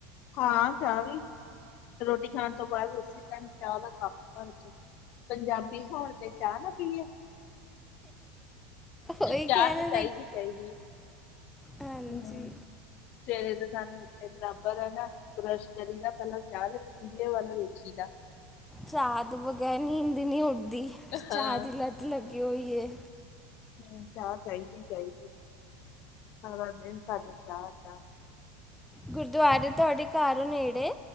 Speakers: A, on the left (about 50°); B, in the centre.
A: ਹਾਂ ਚਾਹ ਵੀ, ਰੋਟੀ ਖਾਣ ਤੋਂ ਬਾਅਦ ਉਸੇ ਟਾਈਮ ਚਾਹ ਦਾ ਕੱਪ ਭਰ ਕੇ ਪੰਜਾਬੀ ਹੋਣ ਤੇ ਚਾਹ ਨਾ ਪੀਏ।
B: ਉਹੀ
A: ਚਾਹ
B: ਕਹਿਣਾ
A: ਤੇ ਚਾਹੀਦੀ -ਚਾਹੀਦੀ।
B: ਹਾਂਜੀ।
A: ਹਮ ਸਵੇਰੇ ਤੇ ਸਾਨੂੰ ਉੱਠੇ ਬਰਾਬ ਬਰ ਨਾ ਬਰੱਸ਼ ਕਰੀ ਦਾ ਪਹਿਲਾਂ ਚਾਹ ਦੇ ਪਤੀਲੇ ਵੱਲ ਵੇਖੀ ਦਾ
B: ਚਾਹ ਤੋਂ ਬਗੈਰ ਨੀਂਦ ਨਹੀਂ ਆਉਦੀ, ਚਾਹ
A: ਹਾਂ
B: ਦੀ ਲੱਤ ਲੱਗੀ ਹੋਈ ਹੈ
A: ਹਮ, ਚਾਹ ਚਾਹੀਦੀ- ਚਾਹੀਦੀ, ਸਾਰਾ ਦਿਨ ਸਾਡੇ ਚਾਹ -ਚਾਹ
B: ਗੁਰਦੁਆਰੇ ਤੁਹਾਡੇ ਘਰੋਂ ਨੇੜੇ